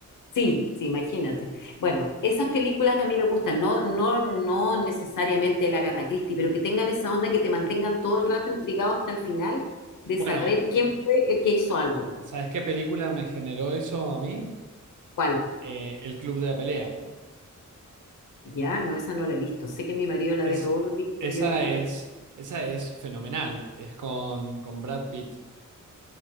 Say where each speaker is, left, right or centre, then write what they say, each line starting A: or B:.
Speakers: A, on the left; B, on the right.
A: Sí, sí, imagínate. Bueno, esas películas a mí me gustan, no, no, no necesariamente la Agatha Christie, pero que tengan esa onda que te mantengan todo el rato intrigado hasta el final de
B: Bueno,
A: saber quién fue el que hizo algo.
B: ¿Sabes qué película me generó eso a mí?
A: ¿Cuál?
B: Eh, El Club de la Pelea.
A: Ya, no, esa no la he visto. Sé que mi marido la
B: Es,
A: ve todos los días,
B: esa
A: pero yo nunca
B: es,
A: la he visto.
B: esa es fenomenal. Es con, con Brad Pitt.